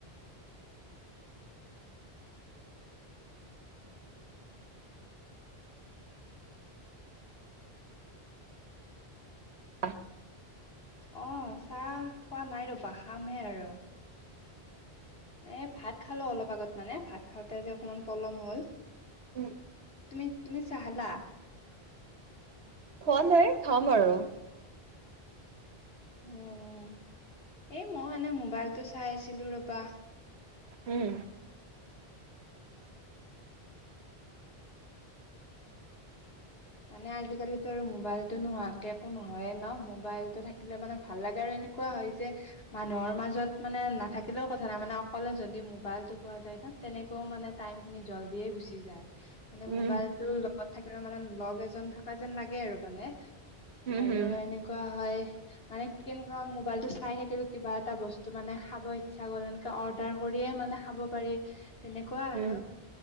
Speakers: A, on the right; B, on the left.
A: <inaudible>
B: অ' চাহ খোৱা নাই ৰ'বা, খামহে আৰু। এ ভাত খালো অলপ আগত মানে, ভাত খাওঁতে যে অকনমান পলম হ'ল।
A: উম।
B: তুমি, তুমি চাহ খালা?
A: খোৱা নাই, খাম আৰু।
B: উম, এই মই এানে মোবাইলটো চাই আছিলো ৰবা।
A: উম।
B: মানে আজিকালিতো আৰু মোবাইলতটো নোহোৱাকে একো নহয়ে ন মোবাইলতটো থাকিলে মানে ভাল লাগে আৰু এনেকুৱা হয় যে মানুহৰ মাজত মানে নাথাকিলেও কথা নাই, মানে অকলে যদি মোবাইলতটো পোৱা যায় তেনেকেও মানে টাইম খিনি জল্ডিয়ে গুচি যায়। মানে
A: উম
B: মোবাইলটো লগত থাকিলে মানে লগ এজন থকা যেন লাগে আৰু মানে।
A: উম
B: আৰু
A: হম
B: এনেকুৱা হয় মানে কেনেকুৱা মোবাইলতো চাই থাকিলো কিবা এটা বস্তু মানে খাব ইচ্ছা গল অৰ্ডাৰ কৰিয়ে মানে খাব পাৰি, তেনেকুৱা
A: উম
B: আৰু।